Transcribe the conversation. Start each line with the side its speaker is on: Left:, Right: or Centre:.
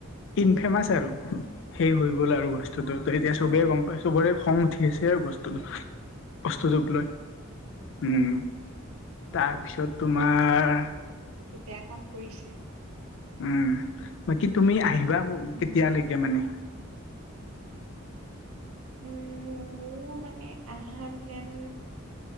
Left: ইনফেমাচ আৰু, সেই হৈ গ'ল আৰু বস্তুটো ত' এতিয়া
Right: অ'।
Left: চবেই গম পাই চবৰে খং উঠি আছে আৰু বস্তু বস্তুটোক লৈ। উম। তাৰপিছত তোমাৰ
Right: এইটো বেয়া কাম কৰিছে।
Left: উম, বাকী তুমি আহিবা
Right: উম,
Left: কেতিয়ালৈকে মানে?
Right: উম, মোৰ মানে আহাৰ প্লেন